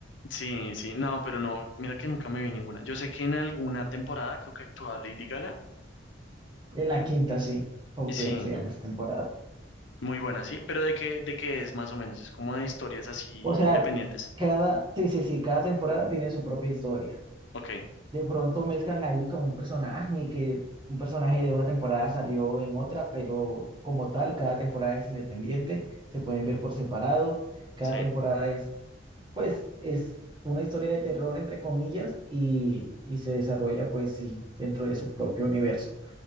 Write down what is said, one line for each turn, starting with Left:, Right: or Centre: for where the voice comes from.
Left: Sí, sí, no, pero no, mira que nunca me vi ninguna. Yo sé que en alguna temporada creo que actuaba Lady Gaga.
Right: En la quinta, sí, Hotel
Left: Y Sí,
Right: se llama esa temporada.
Left: muy buena, sí, pero ¿de qué, de qué es más o menos? Es como de historias así
Right: O sea,
Left: independientes.
Right: cada, sí, sí, sí, cada temporada tiene su propia historia.
Left: Ok,
Right: De pronto mezclan ahí con un personaje y que un personaje de una temporada salió en otra, pero como tal, cada temporada es independiente, se pueden ver por separado. Cada
Left: sí,
Right: temporada es, pues, es una historia de terror, entre comillas, y, y se desarrolla, pues, sí, dentro de su propio universo.